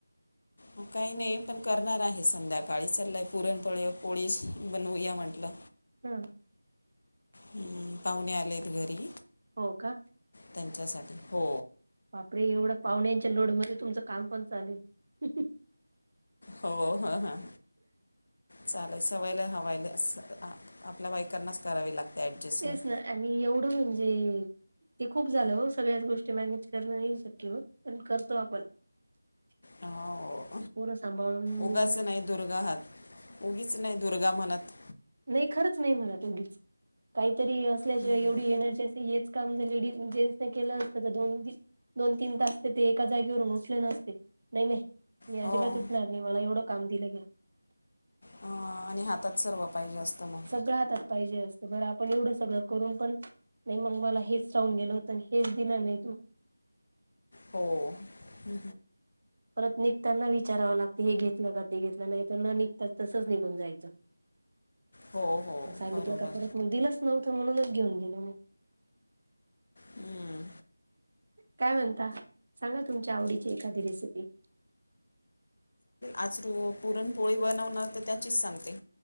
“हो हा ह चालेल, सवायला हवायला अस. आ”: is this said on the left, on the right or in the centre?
Left